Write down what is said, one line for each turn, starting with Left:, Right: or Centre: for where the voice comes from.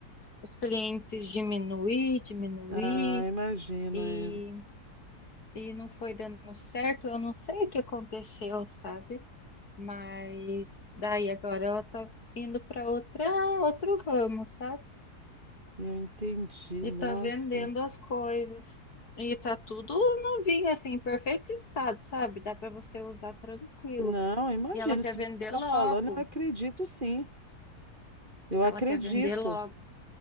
Left: os clientes diminuir, diminuir
Right: Ah, imagino,
Left: e,
Right: é.
Left: e não foi dando certo. Eu não sei o que aconteceu, sabe? Mas daí agora ela tá indo para outra outro ramo, sabe?
Right: Eu entendi,
Left: E
Right: nossa.
Left: tá vendendo as coisas. E tá tudo novinho, assim, em perfeito estado, sabe? Dá para você usar tranquilo.
Right: Não, eu imagino.
Left: E ela quer
Right: Se
Left: vender
Right: você está
Left: logo.
Right: falando, eu acredito sim. Eu
Left: Ela
Right: acredito.
Left: quer vender logo.